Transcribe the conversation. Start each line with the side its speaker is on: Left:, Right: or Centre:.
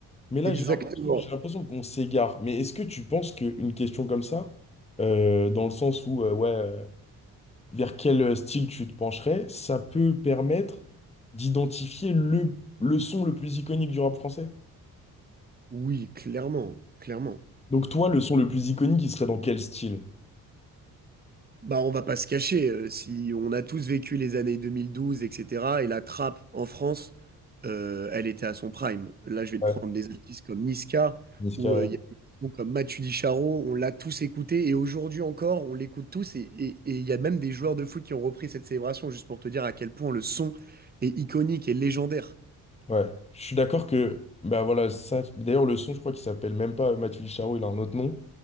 Left: Mais là,
Right: Exactement.
Left: j'ai l'impression, j'ai l'impression qu'on s'égare. Mais est-ce que tu penses qu'une question comme ça, euh, dans le sens où, euh, ouais, euh, vers quel euh, style tu te pencherais, ça peut permettre d'identifier le, le son le plus iconique du rap français?
Right: Oui, clairement, clairement.
Left: Donc toi, le son le plus iconique, il serait dans quel style?
Right: Bah, on va pas se cacher, euh, si on a tous vécu les années 2012, etc., et cetera, et la trappe en France, euh, elle était à son prime. Là, je vais te
Left: Ouais,
Right: prendre des artistes comme Niska,
Left: Niska,
Right: ou euh,
Left: ouais.
Right: il y a des sons comme Matu Dicharo, on l'a tous écouté, et aujourd'hui encore, on l'écoute tous, et et- et il y a même des joueurs de foot qui ont repris cette célébration, juste pour te dire à quel point le son est iconique et légendaire.
Left: Ouais. Je suis d'accord que, bah voilà, ça, d'ailleurs, le son, je crois qu'il s'appelle même pas Mathieu Charo, il a un autre nom.